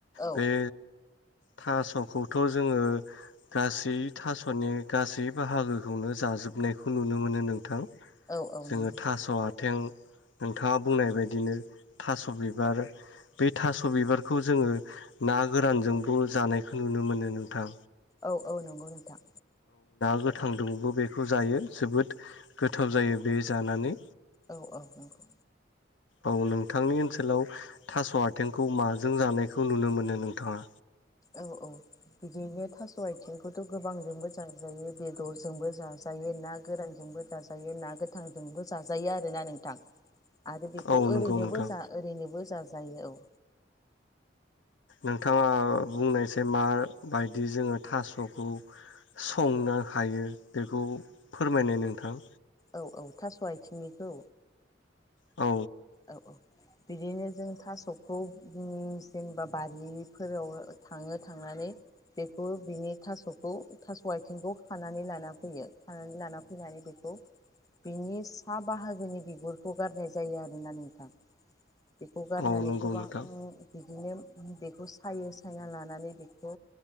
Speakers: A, on the left; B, on the left.
A: औ
B: बे थास'खौथ जोङो गासै थास'नि गासै बाहागोखौनो जाजोबनायखौ नुनो मोनो नोंथां
A: औ औ
B: जोङो
A: नंगौ
B: थास आथें नोंथाङा बुंनाय बायदिनो थास बिबार बे थास बिबारखौ जोङो ना गोरानजों ब जानायखौ नुनो मोनो नोंथां।
A: औ औ नोंगौ नोंथां
B: गोथां दुंबो बेखौ जायो जोबोद गोथाव जायो बे जानानै
A: औ औ नंगौ
B: औ नोंथांनि ओनसोलाव थास आथिंखौ माजों जानायखौ नुनो मोनो नोंथाङा?
A: औ औ बिदिनो थास आथिं खौथ गोबांजोंबो जाजायो बेदरजोंबो जाजायो ना गोरानजोंबो जाजायो ना गोथांजोंबो जाजायो आरोना नोंथां आरो बेखौ
B: औ नंगौ
A: ओरैनोबो
B: नोंथां
A: जा ओरैनोबो जाजायो औ
B: नोंथाङा बुंनायसाय मा बायदि जोङो थास'खौ संनो हायो बेखौ फोरमायनाय नोंथां
A: औ औ थास आथिंनिखौ
B: औ
A: औ बिदिनो जों थासखौ जेनेबा बारिफोराव थाङो थांनानै बेखौ बिनि थासखौ थास आथिंखौ खानानै लाना फैयो खानानै लाना फैनानै बेखौ बिनि सा बाहागोनि बिगुरखौ गारनाय जायो आरो। ना नोंथां बेखौगारनानानै
B: औ नंगौ
A: गोबां
B: नोंथां
A: उम बि बिदिनो बेखौ सायो सायना लानानै बेखौ